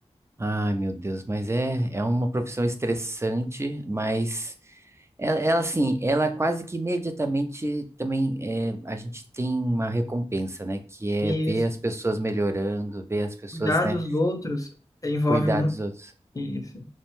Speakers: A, on the right; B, on the left.
A: Ai, meu Deus, mas é, é uma profissão estressante, mas ela, ela, assim, ela quase que imediatamente também é, a gente tem uma recompensa, né? Que é
B: E
A: ver
B: isso,
A: as pessoas melhorando, ver as pessoas,
B: cuidar
A: né,
B: dos outros envolve
A: cuidar
B: muito
A: dos outros.
B: isso.